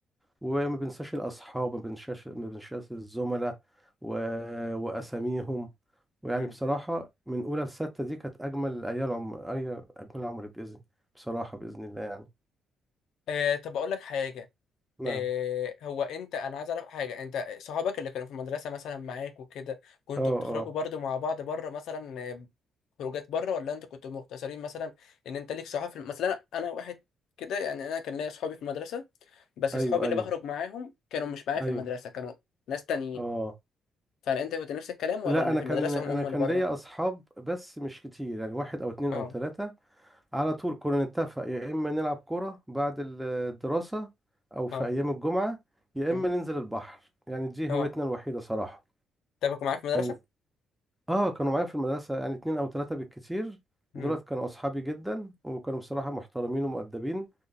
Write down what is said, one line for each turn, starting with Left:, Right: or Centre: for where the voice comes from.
Centre: وما بنساش الأصحاب ما بنساش ما بنساش الزملاء و... وأساميهم ويعني
Left: مم.
Centre: بصراحة من أولى لستة دي كانت أجمل أيام عمر أي أجمل عمر بإذن بصراحة بإذن الله يعني
Left: آه طب اقول لك حاجه
Centre: نعم
Left: إيه هو انت انا عايز اعرف حاجه انت صحابك اللي كانوا في المدرسه مثلا معاك وكده كنتوا
Centre: اه اه
Left: بتخرجوا برضو مع بعض بره مثلا آه، خروجات بره ولا انتوا كنتوا مقتصرين مثلا ان انت ليك صحاب في الم- مثلا انا واحد كده يعني انا كان ليا صحابي في المدرسه بس
Centre: أيوه
Left: صحابي اللي
Centre: أيوه
Left: بخرج معاهم كانوا مش معايا في
Centre: أيوه
Left: المدرسه كانوا ناس تانيين
Centre: اه
Left: فهل انت كنت نفس الكلام ولا
Centre: لا
Left: اللي
Centre: أنا
Left: في
Centre: كان
Left: المدرسه
Centre: أنا
Left: هم هم
Centre: كان
Left: اللي بره
Centre: ليا أصحاب بس مش كتير يعني واحد أو اتنين
Left: اه
Centre: أو تلاتة على طول كنا نتفق يا إما نلعب كورة بعد ال- الدراسة أو في
Left: اه
Centre: أيام الجمعة يا إما
Left: مم،
Centre: ننزل البحر يعني دي
Left: اه
Centre: هوايتنا الوحيدة صراحة
Left: طب كنت معاك في المدرسه
Centre: يعني اه كانوا معايا في المدرسة يعني اتنين او تلاتة بالكتير
Left: امم
Centre: دولت كانوا اصحابي جدا وكانوا بصراحة محترمين ومؤدبين